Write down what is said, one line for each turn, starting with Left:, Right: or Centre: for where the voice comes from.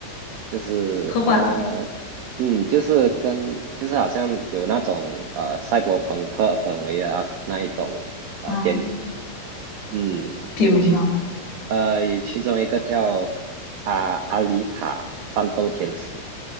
Right: 就是呃，
Left: 科幻。
Right: 嗯，就是跟就是好像有那种呃赛博朋克氛围的啊那一种呃电影，
Left: 嗯，
Right: 嗯，
Left: 比如呢？
Right: 有其呃有其中一个叫阿阿丽塔战斗天使，